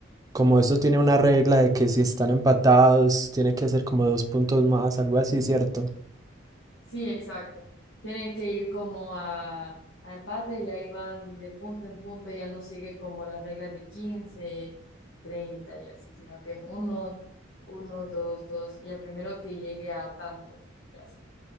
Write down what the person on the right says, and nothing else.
Como eso tiene una regla de que si están empatados, tiene que hacer como dos puntos más, algo así, ¿cierto?